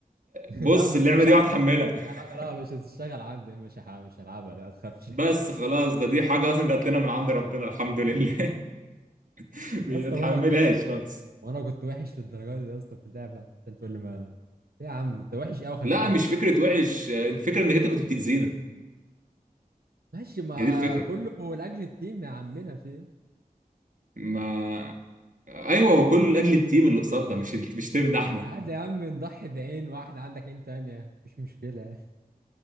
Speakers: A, on the right; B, on the right.
A: <laughs>
B: بص
A: لا بس
B: اللعبه
A: مش
B: دي
A: ع...
B: هتحملها
A: مش
B: <laughs>
A: هلعب لا مش هتشتغل عندي مش ح... مش هلعبها لا ما تخافش <laughs> يا
B: بس خلاص ده دي حاجه اصلا جات لنا من عند ربنا الحمد لله <laughs>
A: اسطى
B: مش بتحملهاش
A: وانا كنت
B: خالص
A: وانا كنت وحش للدرجه دي يا اسطى في اللعبه عشان تقول لي ما إيه يا عم انت وحش قوي خلي
B: لا
A: بالك
B: مش فكرة وحش الفكرة انك انت كنت بتأذينا
A: ماشي ما
B: هي دي الفكرة
A: كله لاجل التيم يا عمنا في ايه
B: ما آه، ايوه هو كله لاجل التيم اللي قصادنا مش مش تيمنا
A: يعني
B: احنا
A: عادي يا عم نضحي بعين واحد عندك عين تانية مفيش مشكله